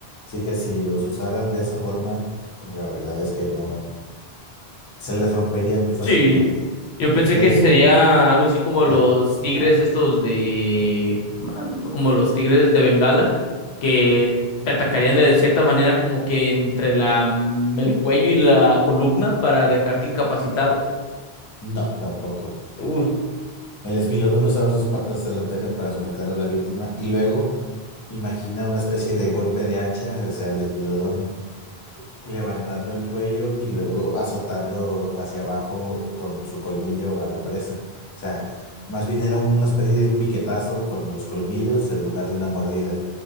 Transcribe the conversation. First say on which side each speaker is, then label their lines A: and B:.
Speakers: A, on the left; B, on the left.
A: Así que si los usaran de esa forma, la verdad es que no se les romperían muy fácilmente.
B: Sí. Yo pensé
A: El
B: que
A: es-
B: sería algo así como
A: ah,
B: los tigres
A: ah,
B: estos de... como los tigres de Bengala, que te atacarían de cierta manera como que entre la, mm, el cuello y la columna para dejarte incapacitado.
A: no, tampoco.
B: Uy,
A: El esmilodón usaba sus patas delanteras para sujetar a la víctima y luego imagina una especie de golpe de hacha, o sea, el esmilodón levantando el cuello y luego azotando hacia abajo con su colmillo a la presa. O sea, más bien era una especie de piquetazo con los colmillos en lugar de una mordida.